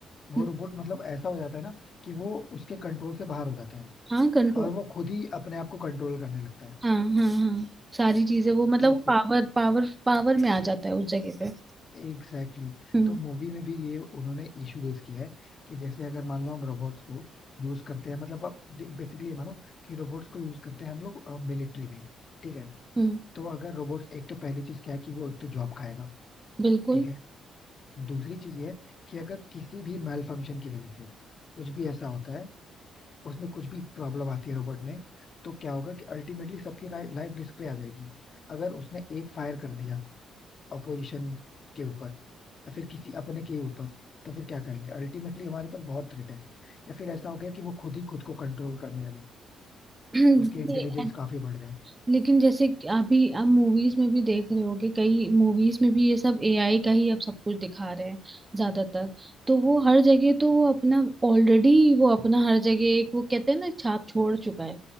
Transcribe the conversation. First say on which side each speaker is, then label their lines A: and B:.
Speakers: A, on the left; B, on the right.
A: वो
B: हम्म,
A: रोबोट मतलब ऐसा हो जाता है ना कि वो उसके कंट्रोल से बाहर हो जाता है
B: हाँ कंट्रोल
A: और वो खुद ही अपने आप को कंट्रोल करने लगता है
B: हाँ हाँ हाँ सारी चीजें वो मतलब
A: तो
B: पावर पावर पावर में आ जाता है उस जगह पे
A: एग्जैक्टली exactly.
B: हम्म
A: तो मूवी में भी ये उन्होंने इशू रेस किया है कि जैसे अगर मान लो हम रोबोट्स को यूज करते हैं मतलब आप बेसिकली ये मानो कि रोबोट्स को यूज करते हैं हम लोग मिलिट्री में ठीक है
B: हम्म
A: तो अगर रोबोट्स एक तो पहली चीज क्या है कि वो एक तो जॉब खाएगा
B: बिल्कुल
A: ठीक है दूसरी चीज ये है कि अगर किसी भी मैल फंक्शन की वजह से कुछ भी ऐसा होता है उसमें कुछ भी प्रॉब्लम आती है रोबोट में तो क्या होगा कि अल्टीमेटली सबकी लाइफ रिस्क पे आ जाएगी अगर उसने एक फायर कर दिया अपोजिशन के ऊपर या फिर किसी अपने के ऊपर तो फिर क्या करेंगे अल्टीमेटली हमारे पर बहुत थ्रेट है या फिर ऐसा हो गया कि वो खुद ही खुद को कंट्रोल करने लगे
B: <clears throat>
A: उसकी इंटेलिजेंस काफी बढ़ जाए
B: लेकिन जैसे कि अभी आप मूवीज में भी देख रहे होगे कई मूवीज में भी ये सब एआई का ही अब सब कुछ दिखा रहे हैं ज्यादातर तो वो हर जगह तो वो अपना ऑलरेडी वो अपना हर जगह एक वो कहते हैं ना छाप छोड़ चुका है